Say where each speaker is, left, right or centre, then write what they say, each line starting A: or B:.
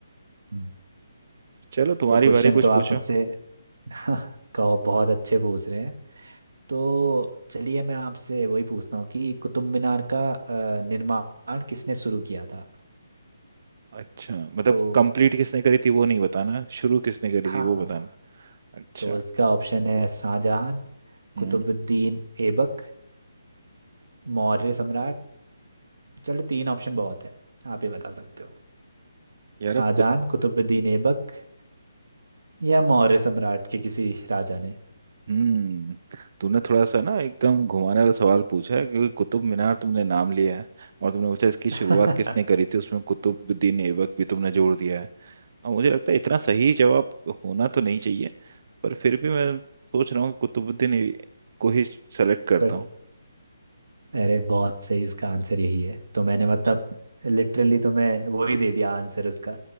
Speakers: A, on the right; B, on the right.
A: हम्म,
B: चलो तुम्हारी
A: तो क्वेश्चन
B: बारी कुछ
A: तो आप
B: पूछो।
A: मुझसे <laughs> कहो बहुत अच्छे पूछ रहे हैं तो चलिए मैं आपसे वही पूछता हूँ कि कुतुब मीनार का अ, निर्माण किसने शुरू किया था
B: अच्छा मतलब
A: तो
B: कंप्लीट किसने करी थी वो नहीं बताना शुरू किसने करी
A: हाँ
B: थी वो
A: हाँ
B: बताना अच्छा
A: तो इसका ऑप्शन है शाहजहां कुतुबुद्दीन
B: हम्म
A: ऐबक मौर्य सम्राट चलो तीन ऑप्शन बहुत है आप ही बता सकते हो
B: यार
A: शाहजहां
B: अब कुत
A: कुतुबुद्दीन ऐबक या मौर्य सम्राट के किसी राजा ने
B: हम्म तूने थोड़ा सा ना एकदम घुमाने वाला सवाल पूछा है क्योंकि कुतुब मीनार तुमने नाम लिया है और तुमने पूछा इसकी
A: <laughs>
B: शुरुआत किसने करी थी उसमें कुतुबुद्दीन ऐबक भी तुमने जोड़ दिया है और मुझे लगता है इतना सही जवाब होना तो नहीं चाहिए पर फिर भी मैं सोच रहा हूँ कि कुतुबुद्दीन ऐ- को ही सेलेक्ट करता
A: तो
B: हूँ
A: अरे बहुत सही इसका आंसर यही है तो मैंने मतलब लिटरली तुम्हें वो ही दे दिया आंसर उसका